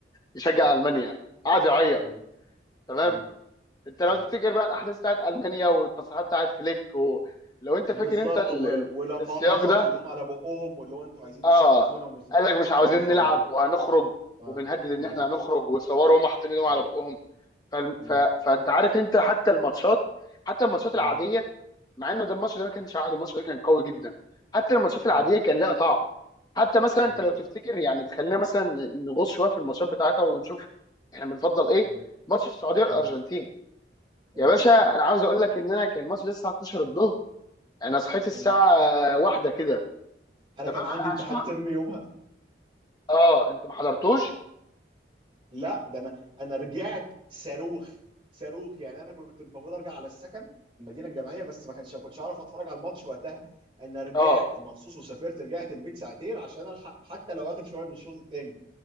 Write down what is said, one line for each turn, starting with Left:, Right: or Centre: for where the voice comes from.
Left: يشجع
Right: مم.
Left: المانيا قعد يعيط
Right: مم.
Left: تمام
Right: مم.
Left: انت لو
Right: مم.
Left: تفتكر بقى الاحداث بتاعت المانيا والتصريحات بتاعت فليك و... لو انت
Right: بالظبط
Left: فاكر انت ال...
Right: و...
Left: ال-
Right: ولما
Left: السياق
Right: هم حطوا
Left: ده
Right: ايدهم على بقهم واللي هو انتوا عايزين
Left: اه
Right: تسكتونا ومش
Left: قال لك مش عاوزين
Right: الكلام الفاضي
Left: نلعب
Right: ده
Left: وهنخرج
Right: اه
Left: وبنهدد ان
Right: مم.
Left: احنا هنخرج وتصوروا هم حاطين ايدهم
Right: مم.
Left: على بقهم ف... ف...
Right: مم.
Left: فانت عارف انت حتى الماتشات حتى الماتشات
Right: مم.
Left: العاديه مع انه ده الماتش ده ما كانش عادي الماتش ده كان قوي جدا حتى الماتشات
Right: مم.
Left: العاديه كان لها طعم حتى مثلا
Right: مم.
Left: انت لو تفتكر يعني خلينا مثلا نغوص شويه في الماتشات بتاعتها ونشوف احنا بنفضل ايه
Right: مم.
Left: ماتش السعوديه والارجنتين
Right: مم. مم.
Left: يا باشا انا عاوز اقول لك ان انا كان الماتش ده الساعه 12 الظهر انا صحيت الساعه
Right: مم.
Left: واحدة كده
Right: انا
Left: تمام
Right: كان عندي
Left: أنا
Right: امتحان
Left: عشان-
Right: ترم يومها
Left: اه انت ما حضرتوش
Right: لا ده انا انا رجعت صاروخ صاروخ يعني انا كنت المفروض ارجع على السكن المدينه الجامعيه بس ما كانش ما كنتش اعرف اتفرج على الماتش وقتها انا رجعت
Left: اه
Right: مخصوص وسافرت رجعت البيت ساعتين عشان الحق حتى لو اخر شويه من الشوط الثاني